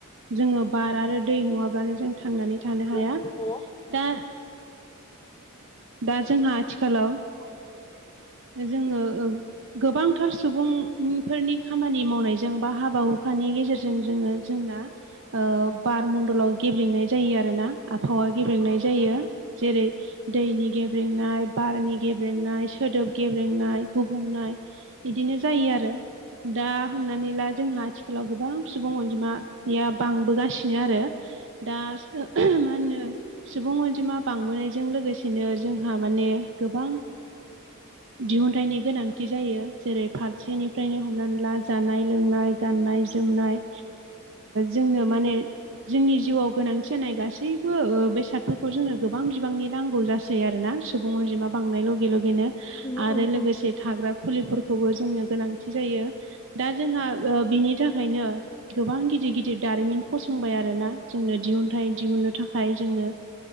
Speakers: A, on the right; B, on the left.
A: जोङो बार आरो दै नङाब्लानो जों थांनानै थानो हाया
B: उम
A: दा दा जोंहाथि हेलाव जोङो गोबांथार सुबुंफोरनि खामानि मावनायजों बा हाबा हुखानि गेजेरजों जोङो जोंना बार मडलाव गेब्लेेंनाय जायो आरोोना आबहावा गेब्रेंनाय जायो जेरै दैनि गेब्रेंनाय बारनि गेब्रेंनाय सोदोब गेब्रेंनाय गुबुंनाय बिदिनो जायो आरो दा हमनानै ला जोंहा आथि आथिखालाव गोबां सुबुं अनजिमाया बांबोगासिनो आरो दाय। मा होनो सुबुं अनजिमा बांबोनायजों लोगोसेनो जोंहा माने गोबां दिहुनथाइनि गोनांथि जायो जेरै फारसेनिफ्रायनो हमनानै ला जानाय लोंनाय गाननाय जोमनाय जोंनो माने जोंनि जिउआव गोनांथि जानाय गासैबो बेसादफोरखौ जोंनो गोबां बिबांनि नांगौ जासै आरोना सुबुं अनजिमा बांनाय लगे लगेनो
B: उम
A: आरो
B: उम
A: लोगोसे थाग्रा फुलिफोरखौबो जोंनो गोनांथि जायो दा जोंहा बिनि थाखायनो गोबां गिदिर गिदिर दारिमिन फसंबाय आरोोना जोंनो दिहुनथाइ दिहुननो थाखाय जोङनो